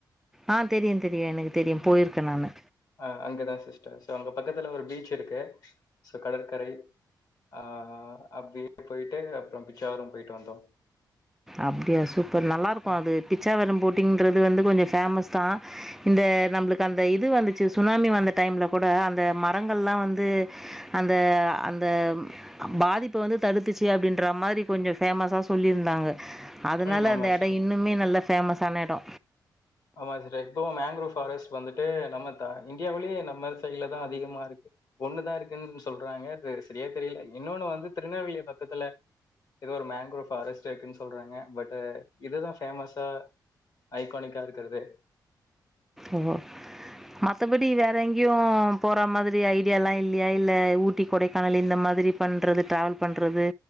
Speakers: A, in the centre; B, on the left.
A: ஆ, தெரியு தெரியு எனக்கு தெரியு, போயிருக்கே நானு
B: ஆ அங்கதா சிஸ்டர், சோ அங்க பக்கத்துல ஒரு பீச் இருக்கு சோ கடற்கரை ஆ அப்டியே போய்ட்டு அப்பற பிச்சாவரம் போயிட்டு வந்தோ
A: அப்டியா சூப்பர் நல்லா இருக்கு
B: ஆ,
A: அது பிச்சாவரம் போட்டிங்ன்றது வந்து கொஞ்சோ பேமஸ்தா இந்த நம்மளுக்கு அந்த இது வந்துச்சு சுனாமி வந்த டைம்ல கூட அந்த மரங்கள்லா வந்து அந்த அந்த பாதிப்ப வந்து தடுத்துச்சு அப்டின்ற மாரி கொஞ்சோ ஃபேமஸா சொல்லிருந்தாங்க அதுனால
B: ம் ஆமா
A: அந்த
B: சிஸ்டர்
A: எடோ இன்னுமே நல்ல ஃபேமஸான எடோ
B: ஆமா சிஸ்டர் இப்பவு மேங்க்ரோ ஃபாரெஸ்ட் வந்துட்டு நம்ம தா இந்தியாவ்லயே நம்ம சைடுலதா அதிகமா இருக்கு ஒண்ணுதா இருக்குன்னு சொல்றாங்க சரியா தெரியல இன்னொன்னு வந்து திருநெல்வேலி பக்கத்துல எதோ ஒரு மேங்கரோவ் ஃபாரஸ்ட் இருக்குன்னு சொல்றாங்க பட் இதுதா ஃபேமஸா ஐகானிக்கா இருக்கிறது
A: ஓ மத்தபடி வேற எங்கேயு போற மாதிரி ஐடியால்லா இல்லியா இல்ல ஊட்டி கொடைக்கானல் இந்த மாதிரி பண்றது டிராவல் பண்றது